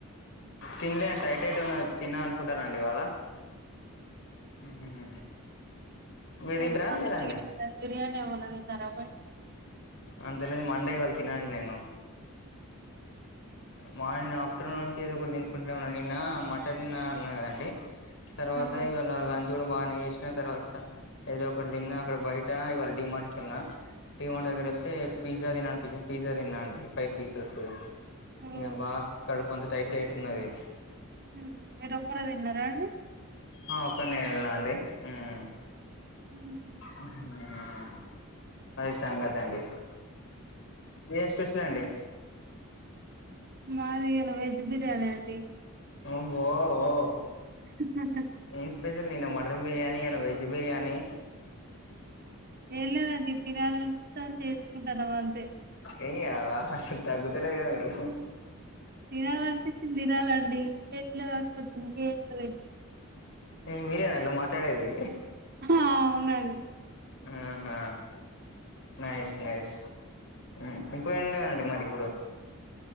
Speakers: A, on the left; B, on the right.
A: తినలే అంటడి టైట్ హెడ్ ఉన్న తిన్నా అనుకుంటారండి ఇవాళ ఉహుమ్ మీది
B: ఎందుకంత
A: ఇంటి రాని లేదాండి
B: లేట్ గా బిర్యానీ వుంది తింటారా
A: అంతలే మండే ఇవళ్ళ తినను నేను మార్నింగ్ ఆఫ్టర్నూన్ నుంచి ఏదో ఒకటి తినుకుంటున్నాన్నా నిన్న మటన్ తిన్నా అన్నా కదండి తర్వాత
B: ఉమ్.
A: ఇవాళ లంచ్ కూడా బాగానే వచ్చిన తర్వాత ఏదో ఒకటి తిన్నా అక్కడ బయట ఇవాళ డీమార్ట్కి వెళ్ళిన టీమార్ట్ దగ్గర వెళ్తే పిజ్జా తిన్నా అనిపించింది పిజ్జా తన్నాండి ఫైవ్ పీసెస్
B: ఉమ్.
A: ఇక బాగా కడుపు అంత టైట్ టైట్ గా ఉన్నది
B: ఉమ్. మీరు ఒక్కరే తిన్నారా అండి
A: ఆ ఒక్క నేను వెళ్నా అండి ఉమ్
B: అమ్
A: ఉహుమ్ అది సంగతి అండి ఏం స్పెషల్ అండి
B: మాది ఇయాళ వెజ్ బిర్యానీ అండి
A: అబ్బో ఓ
B: హ
A: ఇన్ స్పెషల్ నిన్న మటన్ బిర్యానీ ఇయాలా వెజ్ బిర్యానీ
B: ఎం లేదు అండి తినాలి అనిపిస్తుంది చేసుకుంటాడాం అంతే
A: యే నీ అవ్వ అసలు తగతలేగ మీరు
B: తినాలి అనిపించింది తినాలండి ఇంకేంలు కాకపోతే ఇంకేందు
A: ఇంగ మీరేనా అట్లా మాట్లాడేది
B: ఆ అవునండి
A: ఆహా నైస్ నైస్ ఉమ్ ఇప్పుడు ఏంటి అండి మరి ఇప్పుడు